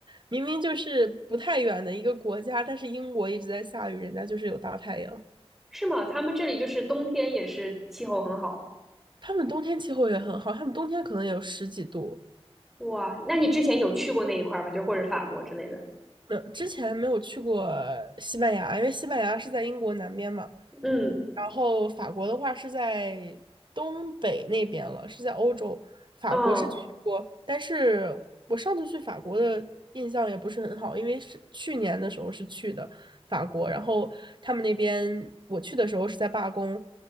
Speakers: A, on the right; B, in the centre.
A: 明明就是不太远的一个国家，但是英国一直在下雨，人家就是有大太阳。
B: 是吗？他们这里就是冬天也是气候很好。
A: 他们冬天气候也很好，他们冬天可能也有十几度。
B: 哇，那你之前有去过那一块儿吗？就或者法国之类的？
A: 没有之前没有去过西班牙，因为西班牙是在英国南边嘛。
B: 嗯，
A: 然后法国的话是在东北那边了，是在欧洲。法国是去过，
B: 哦
A: 但是我上次去法国的印象也不是很好，因为是去年的时候是去的法国，然后他们那边我去的时候是在罢工，